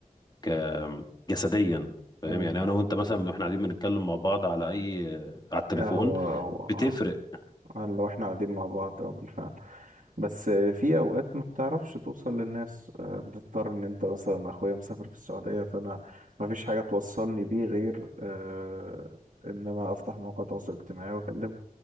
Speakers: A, on the left; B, on the right.
A: ك جسديا فاهم
B: مم.
A: يعني انا وانت مثلا احنا قاعدين بنتكلم مع بعض على اي آه، على التليفون
B: اه هو هو اه
A: بتفرق
B: آه، لو احنا قاعدين مع بعض اه بالفعل بس آه، في اوقات ما بتعرفش توصل للناس آه، بتضطر ان انت مثلا اخويا مسافر في السعودية فانا ما فيش حاجة توصلني بيه غير آه، ان انا افتح موقع تواصل اجتماعي واكلمه